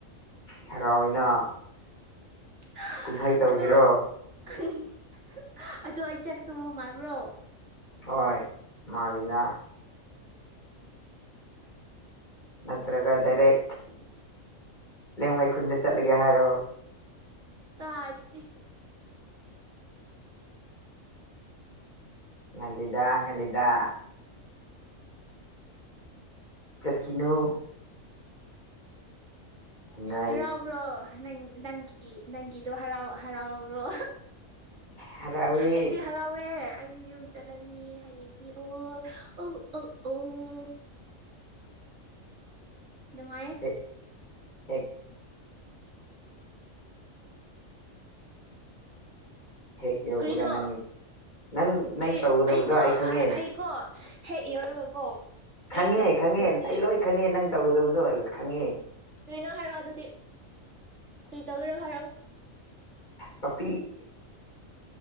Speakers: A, on the left; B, on the right.
A: ꯍꯔꯥꯎꯏꯅ
B: <inaudible>
A: ꯀꯨꯝꯍꯩ ꯇꯧꯁꯤꯔꯣ
B: ꯑꯗꯣ <unintelligible> ꯑꯗꯣ ꯑꯩ ꯆꯦꯛ ꯇꯣ ꯃꯥꯟꯕ꯭ꯔꯣ
A: ꯍꯣꯏ ꯃꯥꯜꯂꯤꯅ ꯅꯠꯇ꯭ꯔꯒ ꯗꯥꯏꯔꯦꯛ
B: <inaudible>
A: ꯂꯦꯡꯃꯩ ꯈꯨꯟꯗ ꯆꯠꯂꯒꯦ ꯍꯥꯏꯔꯣ
B: ꯇꯥꯗꯤ
A: ꯉꯜꯂꯤ ꯉꯜꯂꯤꯗ ꯆꯠꯈꯤꯅꯨ ꯉꯥꯏ
B: ꯍꯔꯥꯎꯕ꯭ꯔꯣ ꯅꯪ ꯅꯪꯒꯤ ꯅꯪꯒꯤꯗꯣ ꯍꯔꯥꯎ ꯍꯔꯥꯎꯔꯣ
A: ꯍꯔꯥꯎꯋꯦ
B: ꯑꯩꯗꯤ ꯍꯔꯥꯎꯋꯦ ꯑꯩ ꯗꯤ ꯌꯨꯝ ꯆꯠꯂꯅꯤ ꯍꯌꯦꯡꯗꯤ ꯑꯣ ꯑꯣ ꯑꯣ ꯑꯣ ꯅꯨꯡꯉꯥꯏ
A: ꯍꯦꯛ ꯍꯦꯛ ꯍꯦꯛ ꯌꯧꯕꯒ
B: ꯀ꯭ꯔꯤꯅꯣ
A: ꯅꯪ ꯅꯪ ꯅꯪ
B: ꯑꯩ
A: ꯇꯧꯒꯗꯧꯕꯗꯣ
B: ꯑꯩꯀꯣ
A: ꯑꯩ ꯈꯪꯉꯦ
B: ꯑ ꯑꯩꯀꯣ ꯍꯦꯛ ꯌꯧꯔꯒꯀꯣ
A: ꯈꯪꯉꯦ
B: ꯑꯩ ꯑꯆꯥꯄꯣꯠ
A: ꯈꯪꯉꯦ
B: ꯄꯨꯔꯛꯇꯦ
A: ꯑꯩ ꯂꯣꯏ ꯈꯪꯉꯦ ꯅꯪ ꯇꯧꯒꯗꯕꯗꯨ ꯑꯩꯅ ꯈꯪꯉꯦ
B: ꯀꯔꯤꯅꯣ ꯍꯥꯏꯔꯛꯑꯣ ꯑꯗꯨꯗꯤ ꯀꯔꯤ ꯇꯧꯒꯦꯔꯣ ꯍꯥꯏꯔꯛꯑꯣ
A: ꯄꯞꯄꯤ